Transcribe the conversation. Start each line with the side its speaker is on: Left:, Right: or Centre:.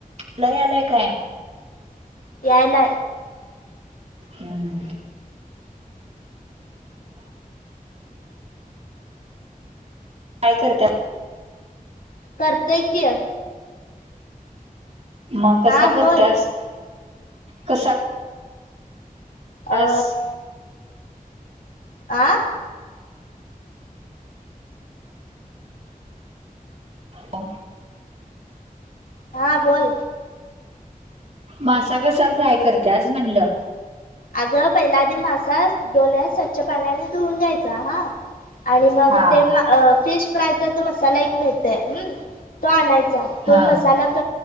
Right: लय आलंय काय
Left: यायला
Right: हम्म. काय करतात.
Left: करताय की.
Right: मग कसा
Left: हा बोल
Right: करतेस कसा.
Left: अ
Right: स.
Left: आ
Right: हो
Left: हा बोल.
Right: मासा कसा फ्राय करतेस म्हणलं.
Left: अगं पहिल्या आधी मासा डोल्या स्वच्छ पाण्याने धुवून घ्यायचा हा आणि मग
Right: हा
Left: ते फिश फ्रायचा तो मसाला एक मिळतय हम् तो आणायचा तो
Right: हा
Left: मसाला क